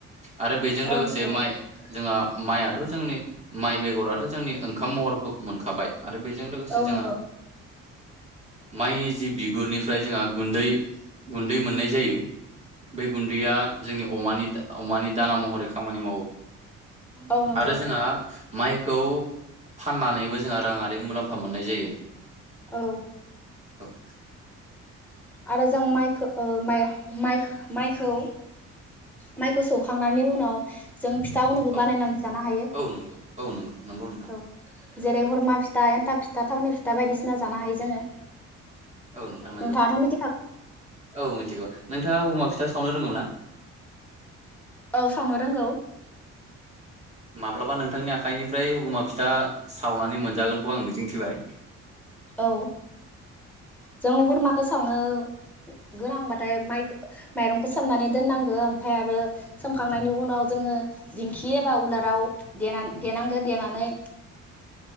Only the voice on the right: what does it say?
आरो बेजों लोगोसे
माइ जोङा माइआथ' जों नि माइ बेगराथ' जोंनि ओंखाम महरखौ मोनखाबाय आरो बेजों लोगोसे
जोंहा
माइनि जि बिगुरनिफ्राय जोंहा गुन्दै गुन्दै मोननाय जायो बे गुन्दैया जोंनि अमानि दा अमानि दाना महरै खामानि मावो।
आरो जोंहा माइ खौ फाननानैबो जोंहा राङआारि मुलाम्फ मुफा मोननाय जायो।
औ
औ
औ नंगौ औ नंगौ नंगौ नोंथां
औ नोंथां नंगौ
औ मिथिगौ। नोंथाङा हुगमा फिथा सावनो रोंगौ ना?
माब्लाबा नोंथांनि आखाइनिफ्राय हगुमा फिथा सावनानै मोनजागोनखौ आं मिजिंथिबाय।